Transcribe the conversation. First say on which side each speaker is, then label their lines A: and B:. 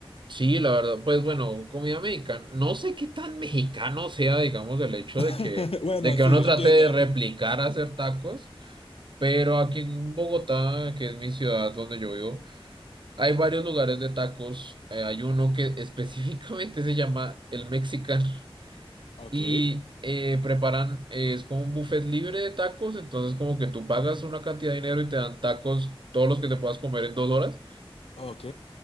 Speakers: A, on the right; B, on the left.
A: Sí, la verdad, pues bueno, comida mexicana. No sé qué tan mexicano sea, digamos, el hecho
B: <laughs>
A: de que,
B: Bueno,
A: de que
B: sí,
A: uno trate
B: entiendo.
A: de replicar hacer tacos, pero aquí en Bogotá, que es mi ciudad donde yo vivo, hay varios lugares de tacos. Eh, hay uno que específicamente se llama el Mexican
B: Ok,
A: y eh, preparan, eh, es como un buffet libre de tacos, entonces como que tú pagas una cantidad de dinero y te dan tacos, todos los que te puedas comer en dos horas.
B: ok.